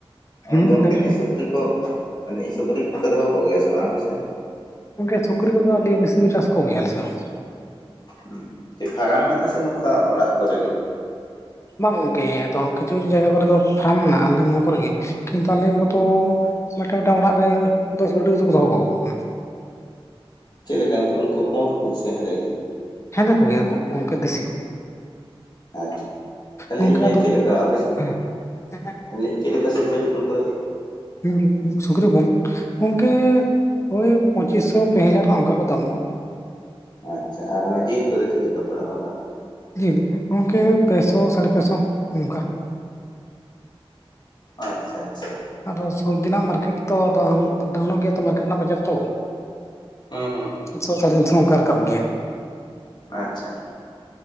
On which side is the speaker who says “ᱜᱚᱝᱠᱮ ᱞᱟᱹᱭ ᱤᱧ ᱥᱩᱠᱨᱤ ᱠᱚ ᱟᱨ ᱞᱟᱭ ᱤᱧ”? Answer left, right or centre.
Left